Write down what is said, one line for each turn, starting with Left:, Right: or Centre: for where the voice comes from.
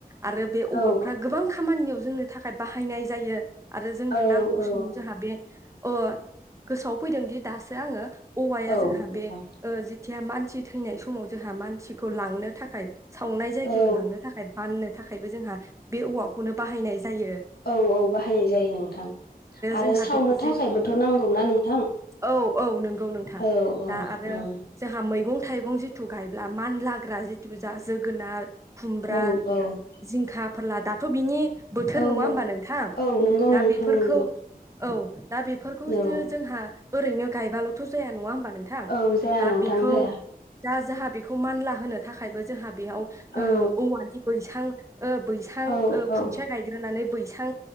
Right: आरो बे औवाफ्रा
Left: औ
Right: गोबां खामानियाव जोंनो थाखाय बाहायनाय जायो। आरो जोंनो
Left: औ
Right: नांगौ
Left: औ
Right: समाव जोंहा बे अ गोसोआव फैदोंदि दासो आङो औवाया
Left: औ
Right: जोंहा
Left: नोंथां
Right: बे ओ जि थिया मानसि थैनाय समाव जोंहा मानसिखौ लांनो थाखाय सावनाय जायगायाव
Left: औ
Right: लांनो थाखाय बाननो थाखायबो जोंहा बे औवाखौनो बाहायनाय जायो।
Left: औ औ बाहायनाय जायो नोंथां। आरो
Right: जोंहा
Left: सावनो
Right: बे जे
Left: थाखायबोथ' नांगौना नोंथां?
Right: औ औ नंगौ नोंथां
Left: औ
Right: दा
Left: औ
Right: आरो
Left: ओं।
Right: जोंहा मैगं थाइगं जिथु गायब्ला मानलाग्रा जिथु जा जोगोनार खुमब्रा
Left: औ औ।
Right: जिंखा फोरला दाथ' बिनि बोथोर
Left: औ
Right: नङा होमबा नोंथां?
Left: औ नंगौ
Right: दा
Left: नोंथां
Right: बेफोरखौ
Left: नंगौ
Right: औ दा बेफोरखौ
Left: औ
Right: जो जोंहा ओरैनो गायबाल'थ' जाया नङा होमबा नों थां
Left: औ जाया
Right: दा
Left: नोंथां
Right: बेखौ
Left: जाया
Right: दा जाहा बेखौ मानला होनो थाखायबो जोंहा बेयाव
Left: औ
Right: ओ औवानि बैसां ओ बैसां
Left: औ
Right: ओ
Left: औ
Right: खुन्थिया गायग्रोनानै बैसां